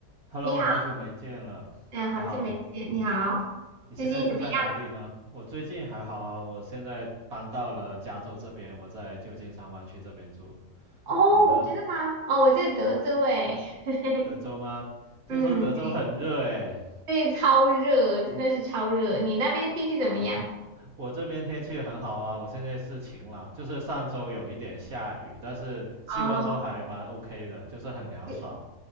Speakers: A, on the right; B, on the right.
A: Hello，
B: 你好，
A: 好久没见了，
B: 哎呀，
A: 你好，
B: 好久没见，你好，
A: 你现在住在哪里呢？
B: 最近怎么样？
A: 我最近还好啊，我现在搬到了加州这边，我在旧金山湾区这边住。
B: 哦，
A: 你呢？
B: 真的吗？哦，我在德州哎，<laughs>
A: 德州吗？听说德州很热诶，
B: 嗯，对，对，超热，真的是超热。你那边天气怎么样？
A: 我这边天气很好啊，我现在是晴朗，就是上周有一点下雨，但是气温都还蛮
B: 哦，
A: OK 的，就是很凉爽。
B: 对